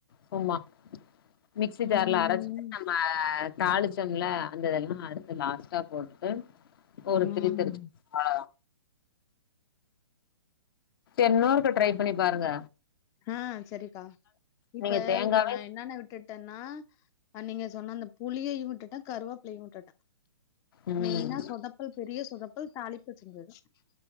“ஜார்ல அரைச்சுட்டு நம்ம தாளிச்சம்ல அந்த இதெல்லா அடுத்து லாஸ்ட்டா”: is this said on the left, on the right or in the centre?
Left